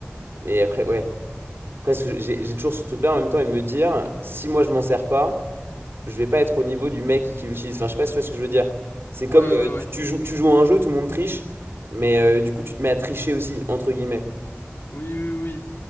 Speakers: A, on the right; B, on the left.
A: Et après, ouais. Après, ce j'ai j'ai toujours ce truc-là en même temps et de me dire, si moi je m'en sers pas, je vais pas être au niveau du mec qui l'utilise. Enfin, je sais pas si tu vois ce que je veux dire. C'est
B: Ouais,
A: comme euh,
B: ouais, ouais.
A: tu, tu joues, tu joues à un jeu, tout le monde triche, mais euh, du coup tu te mets à tricher aussi, entre guillemets.
B: Oui, oui, oui.